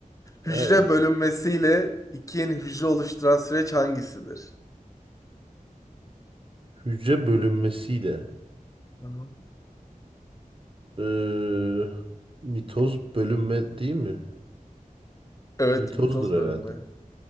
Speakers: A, on the right; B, on the left.
A: Aynen.
B: Hücre bölünmesiyle iki yeni hücre oluşturan süreç hangisidir?
A: Hücre bölünmesiyle.
B: Hı hı.
A: Ee, mitoz bölünme değil mi?
B: Evet
A: Mitozdur
B: mitoz bölünme.
A: herhalde.